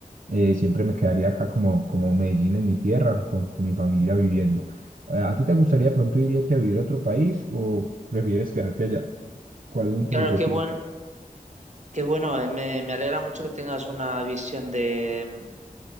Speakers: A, on the right; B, on the right.
A: eh, siempre me quedaría acá como, como Medellín en mi tierra, con, con mi familia viviendo. ¿A a ti te gustaría de pronto irte a vivir a otro país o prefieres quedarte allá? ¿Cuáles son
B: Y
A: tus
B: Claro,
A: objetivos?
B: qué bueno, qué bueno, eh, Me, me alegra mucho que tengas una visión de mm,